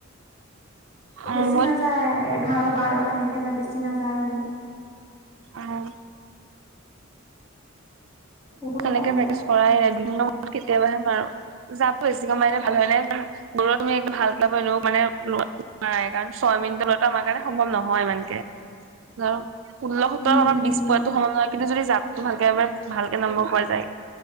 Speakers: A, on the right; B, on the left.
A: অ
B: বেছি
A: মই
B: নাযায় এঘাৰ বাৰ সেনেকে যায় বেছি নাযায় মোৰ।
A: অঁ।
B: বহুত
A: নেকে
B: কম যায়
A: কৰানৰ মূৰত কেতিয়াবাহে মাৰো য বেছ কমাৰ ভাল হয় নাই <unintelligible> দৌৰত তুমি <unintelligible> ভালকাবনো মানেৱা নাই, কাৰণ ছয় মিনিটৰ লোৱাটো আমাৰ কাৰণে সম্ভৱ নহয় ইমানকে। অঁ ষোল্ল সোতৰ,
B: উম
A: পৰা
B: উম
A: বিছ
B: উম
A: পোৱাতটো সম্ভৱ নহয়, কিন্তু যদি জাবতটো ভালকে ভালকে নম্বৰ পৰা যায়